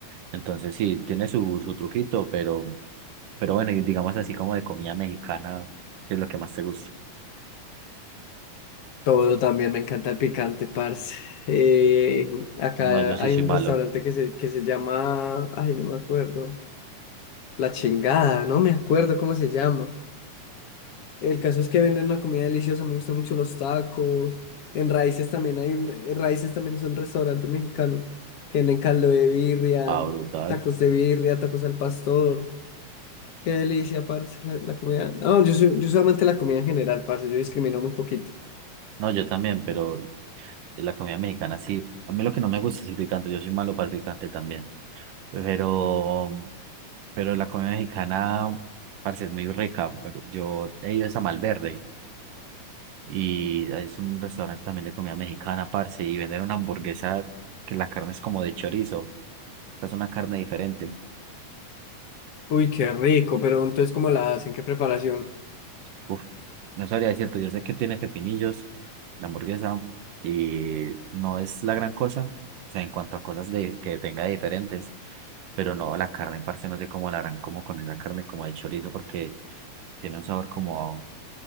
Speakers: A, on the right; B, on the left.
A: Entonces, sí, tiene su, su truquito, pero, pero bueno, y digamos así como de comida mexicana, ¿qué es lo que más te gusta.
B: Todo también, me encanta el picante, parce. Eh, acá
A: No, yo sí
B: hay
A: soy
B: un
A: malo.
B: restaurante que se, que se llama, ay, no me acuerdo, La Chingada, no me acuerdo cómo se llama. El caso es que venden una comida deliciosa, me gustan mucho los tacos. En Raíces también hay un, en Raíces también es un restaurante mexicano que venden caldo de birria,
A: Ah, brutal.
B: tacos de birria, tacos al pastor. Qué delicia, parce, la, la comida. No, yo soy, yo soy amante de la comida en general, parce, yo discrimino muy poquito.
A: No, yo también, pero la comida mexicana sí. A mí lo que no me gusta es el picante. Yo soy malo para el picante también. Pero, pero la comida mexicana, parece es muy rica. Yo he ido es a Malverde y es un restaurante también de comida mexicana, parce, y venden una hamburguesa que la carne es como de chorizo. O sea, Es una carne diferente.
B: Uy, qué rico, pero entonces, ¿cómo la hacen? ¿Qué preparación?
A: Uf, no sabría decirte, yo sé que tiene pepinillos, la hamburguesa, y no es la gran cosa, o sea, en cuanto a cosas de, que tenga diferentes, pero no, la carne, parce, no sé cómo la harán, como con esa carne, como de chorizo, porque tiene un sabor como,